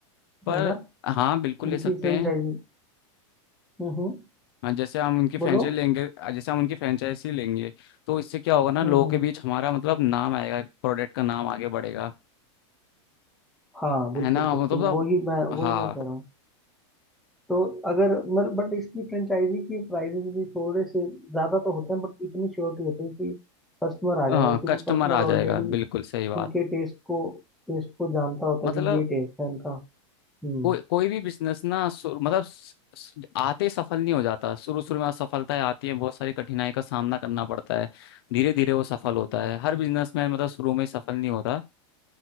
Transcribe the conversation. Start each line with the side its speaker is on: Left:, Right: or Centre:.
Left: पर
Centre: है ना
Left: हाँ बिल्कुल ले
Centre: इनकी
Left: सकते
Centre: फ्रेंचाइजी
Left: हैं
Centre: हम्म हम्म
Left: हाँ जैसे हम उनकी फ्रेंचाइजी
Centre: बोलो
Left: लेंगे जैसे हम उनकी फ्रेंचाइजी लेंगे तो इससे क्या होगा ना लोगों
Centre: हम्म हम्म
Left: के बीच हमारा मतलब नाम आएगा प्रोडक्ट का नाम आगे बढ़ेगा
Centre: हाँ बिल्कुल
Left: है ना
Centre: बिल्कुल
Left: मतलब
Centre: वही मैं वही
Left: हाँ
Centre: मैं कह रहा हूँ तो अगर मत बट इसकी फ्रेंचाइजी के प्राइजेस भी थोड़े से ज़्यादा तो होते हैं बट इतनी श्योरिटी होती है कि कस्टमर आ
Left: हाँ
Centre: जाएगा क्योंकि
Left: कस्टमर
Centre: कस्टमर
Left: आ जाएगा
Centre: ऑलरेडी
Left: बिल्कुल सही बात
Centre: उनके टेस्ट को टेस्ट को जानता होता
Left: मतलब
Centre: है कि ये टेस्ट है इनका हम्म
Left: कोई कोई भी बिजनेस ना सु- मतलब स- स- आते ही सफल नहीं हो जाता शुरू शुरू में असफलताएं आती हैं बहुत सारी कठिनाई का सामना करना पड़ता है धीरे धीरे वो सफल होता है हर बिजनेसमैन मतलब शुरू में ही सफल नहीं होता